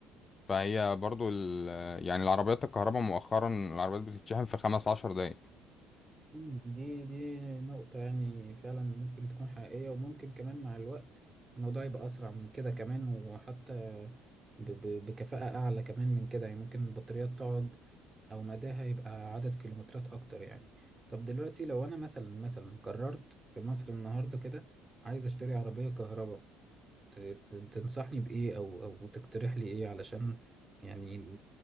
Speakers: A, on the left; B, on the right.
A: فهي برضو ال... يعني العربيات الكهرباء مؤخرا العربيات بتتشحن في خمس عشر دقايق
B: مم. دي دي نقطة يعني فعلا ممكن تكون حقيقية وممكن كمان مع الوقت الموضوع يبقى أسرع من كده كمان وحتى ب- ب- بكفاءة أعلى كمان من كده يعني ممكن البطاريات تقعد أو مداها يبقى عدد كيلومترات أكتر يعني طب دلوقتي لو أنا مثلا مثلا قررت في مصر النهاردة كده عايز أشتري عربية كهرباء ت- ت- تنصحني بإيه أو أو تقترح لي إيه علشان يعني